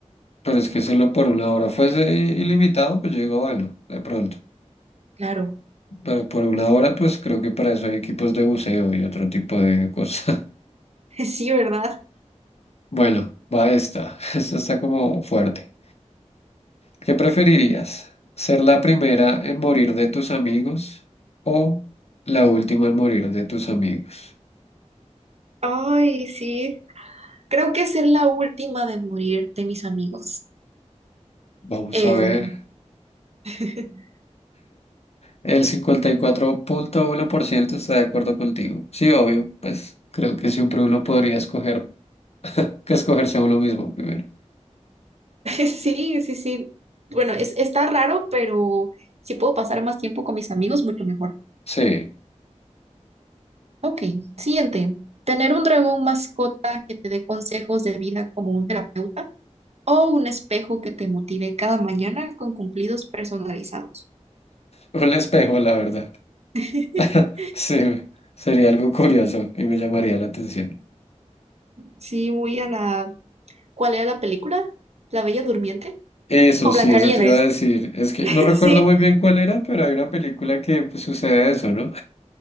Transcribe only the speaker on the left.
Pero es que solo por una hora fuese i- ilimitado, pues yo digo, bueno, de pronto.
Pero por una hora, pues creo que para eso hay equipos de buceo y otro tipo de cosas. <laughs>
Bueno, va esta. <laughs> Esta está como fuerte. ¿Qué preferirías? ¿Ser la primera en morir de tus amigos o la última en morir de tus amigos?
Vamos
a ver.
El cincuenta y cuatro punto uno por ciento está de acuerdo contigo. Sí, obvio, pues creo que siempre uno podría escoger que escogerse a uno mismo primero.
Sí,
un espejo, la verdad.
<laughs> Sí, sería algo curioso y me llamaría la atención.
Eso
sí,
eso te iba a decir. Es que
no recuerdo
muy bien cuál era, pero hay una película que pues, sucede eso, ¿no?